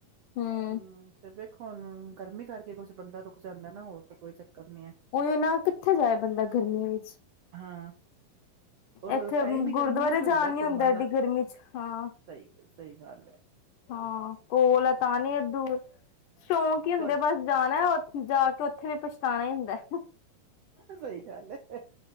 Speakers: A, on the left; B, on the right.
A: ਹੂੰ
B: ਹਮ ਫ ਹੁਣ ਗਰਮੀ ਕਰਕੇ ਕੁਛ ਬੰਦਾ ਰੁਕ ਜਾਂਦਾ ਨਾ ਹੋਰ ਤਾਂ ਕੋਈ ਚੱਕਰ ਨੀ ਹੈ
A: ਕੋਈ ਨਾ ਕਿੱਥੇ ਜਾਏ ਬੰਦਾ ਗਰਮੀਆਂ ਵਿੱਚ
B: ਹਾਂ ਔਰ
A: ਇੱਥੇ
B: ਟਾਈਮ ਹੀ
A: ਗੁਰਦੁਆਰੇ
B: ਗਰਮੀਆਂ ਚ
A: ਜਾ ਨੀ
B: ਘੁੰਮਣ
A: ਹੁੰਦਾ ਐਡੀ
B: ਦਾ
A: ਗਰਮੀ ਵਿੱਚ ਹਾਂ।
B: ਸਹੀ ਸਹੀ ਗੱਲ ਹੈ
A: ਹਾਂ ਕੋਲ ਏ ਤਾਂ ਵੀ ਦੂਰ ਸ਼ੌਂਕ ਹੀ ਹੁੰਦੇ
B: ਤੁਹਾ
A: ਬਸ ਜਾਣਾ ਉੇ ਜਾ ਕੇ ਉੱਥੇ ਵੀ ਪਛਤਾਉਣਾ ਹੀ ਹੁੰਦਾ।
B: ਸਹੀ ਗੱਲ ਏ